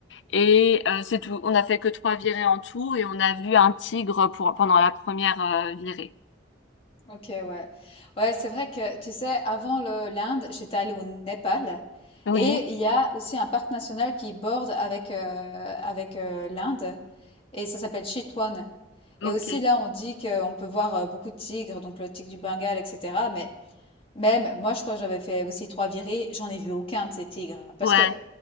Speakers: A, on the left (about 80°); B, on the left (about 30°).
A: Et euh, c'est tout. On a fait que trois virées en tout et on a vu un tigre pour pendant la première euh, virée.
B: ok, ouais. Ouais, c'est vrai que, tu sais, avant le l'Inde, j'étais allée au Népal
A: Oui.
B: et il y a aussi un parc national qui borde avec, euh, avec euh, l'Inde et ça s'appelle Chitwan. Et
A: Ok.
B: aussi là, on dit qu'on peut voir euh, beaucoup de tigres, donc le tigre du Bengale, etc. Mais même, moi, je crois que j'avais fait aussi trois virées, j'en ai vu aucun de ces tigres. Parce
A: Ouais.
B: que